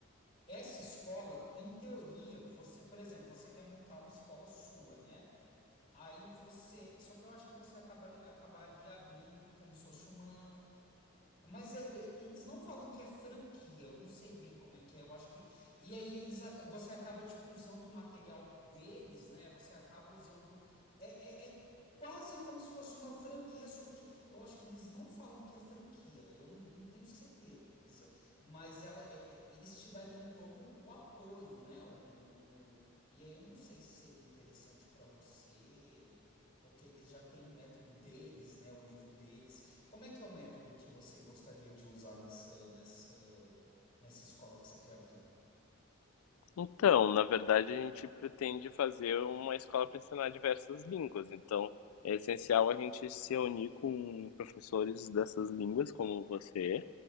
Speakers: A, on the left; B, on the left.
A: Essa escola, em teoria, você, por exemplo, você quer montar uma escola sua, né? Aí você, só que eu acho que você acaba- acabaria abrindo como se fosse uma Mas é- é- eles não falam que é franquia, eu não sei bem como é que é, eu acho que. E aí eles, aca- você acaba tipo usando o material deles, né? Você acaba usando. É, é, é quase como se fosse uma franquia, só que eu acho que eles não falam que é franquia, eu não, não tenho certeza. Mas ela, é- é- eles te dariam todo o apoio, né? O, o- o- E aí eu não sei se seria interessante para você, porque eles já têm o método deles, né? O livro deles. Como é que é o método que você gostaria de usar nessa, nessa, nessa escola que você quer abrir?
B: Então, na verdade, a gente pretende fazer uma escola para ensinar diversas línguas, então é essencial a gente se reunir com professores dessas línguas, como você,